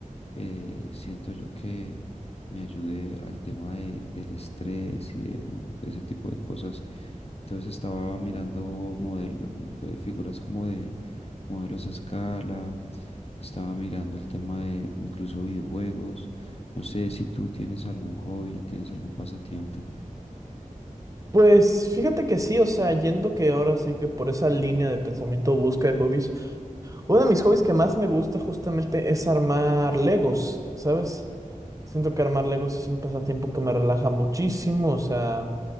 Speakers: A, on the left; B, on the right.
A: eh, siento yo que me ayude al tema de, del estrés y de, de ese tipo de cosas. Entonces estaba mirando model- eh, figuras como de modelos a escala, estaba mirando el tema de incluso videojuegos. No sé si tú tienes algún hobby, tienes algún pasatiempo.
B: Pues fíjate que sí, o sea, yendo que ahora sí que por esa línea de pensamiento busca de hobbies. Uno de mis hobbies que más me gusta justamente es armar Legos, ¿sabes? Siento que armar Legos es un pasatiempo que me relaja muchísimo, o sea,